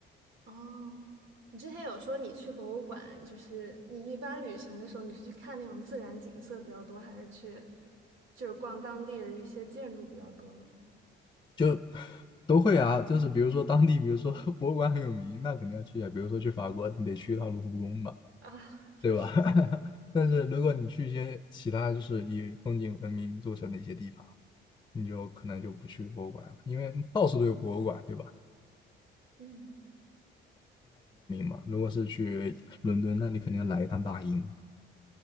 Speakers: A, on the right (about 75°); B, on the left (about 25°).
A: 哦，你之前有说你去博物馆，就是你一般旅行的时候，你是去看那种自然景色比较多，还是去就是逛当地的一些建筑比较多呢？
B: 就 <laughs> 都会啊。就是比如说当地，比如说 <laughs> 博物馆很有名，那肯定要去啊。比如说去法国，你得去一趟卢浮宫吧。
A: 啊，这是，
B: 对吧？<laughs> 但是如果你去一些其他就是以风景闻名著称的一些地方，你就可能就不去博物馆了，因为到处都有博物馆，对吧？
A: 嗯
B: 啊，如果是去伦敦，那你肯定要来一趟大英嘛。